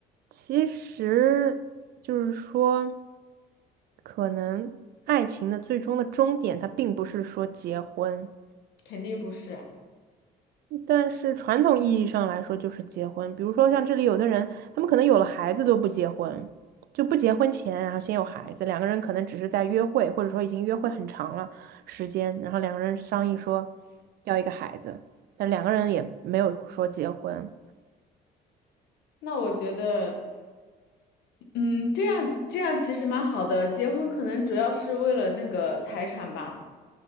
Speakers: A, on the right; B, on the left.
A: 其实就是说，可能爱情的最终的终点，它并不是说结婚，
B: 肯定不是啊
A: 但是传统意义上来说就是结婚。比如说像这里有的人，他们可能有了孩子都不结婚，就不结婚前，然后先有孩子，两个人可能只是在约会，或者说已经约会很长了时间，然后两个人商议说要一个孩子，但两个人也没有说结婚，
B: 那我觉得，嗯，这样这样其实蛮好的。结婚可能主要是为了那个财产吧，